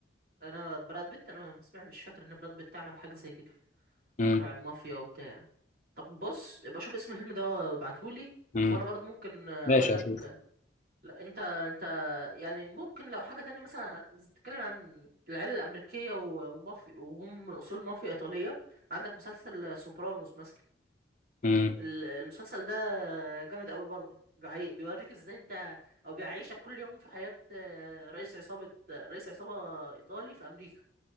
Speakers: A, on the right; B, on the left.
A: انا براد بيت انا ما سمعت مش فاكر ان براد بيت عمل حاجه زي كده اللي
B: مم.
A: هو تبع المافيا وبتاع طب بص ابقى شوف اسم الفيلم ده وابعتهولي
B: مم.
A: وانا برضه ممكن اقول
B: ماشي
A: لك
B: اشوف
A: لا انت انت يعني ممكن لو حاجة تانية مثلا تتكلم عن العيلة الأمريكية و- ومافيا وهم من أصول مافيا إيطالية عندك مسلسل سوبرانوس مثلا
B: امم
A: ال- المسلسل ده جامد قوي برضه بيعي- بيوريك ازاي انت او بيعيشك كل يوم في حياة آه، رئيس عصابة آه، رئيس عصابة إيطالي في أمريكا